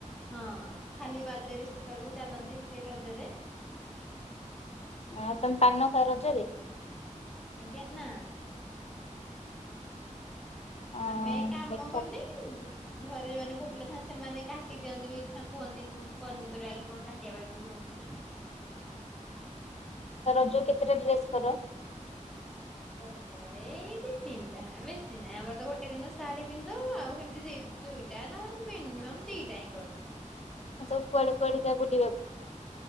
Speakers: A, in the centre; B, on the left.
A: ହଁ ଖାଲି ପାଦ ରେ ବି ସେତେବେଳକୁ ଚାଲନ୍ତି ସେଇ ରଜରେ?
B: ଆଉ ତମେ ପାନ ଖାଅ ରଜରେ?
A: ଆଜ୍ଞା ନା।
B: ଅ
A: ଆମେ କାମ
B: ମିଠା
A: କରୁନି ଯ ଘରେ ଯୋଉମାନେ ପୁଅପିଲା ଥାଆନ୍ତି ସେମାନେ କାଟି ଦିଅନ୍ତି ବି କୁହନ୍ତିନି ପନିପରିବା କି କଣ କାଟିବା ପାଇଁ ବି କୁହନ୍ତିନି।
B: ତ ରଜ କେତେଟା ଡ୍ରେସ୍ କର?
A: ରଜ ରେଇ ଦି ତିନିଟା ବେଶୀ ନାହିଁ ଆମର ତ ଗୋଟେ ଦିନ ଶାଢୀ ପିନ୍ଧ ଆଉ ଏମିତି ଦୁଇ ନ ମିନିମମ ଦିଇଟା ହଁ କରୁ।
B: ତମେ ସବୁ କୁଆଡେ କୁଆଡେ ଯାଅ ବୁଲିବାକୁ?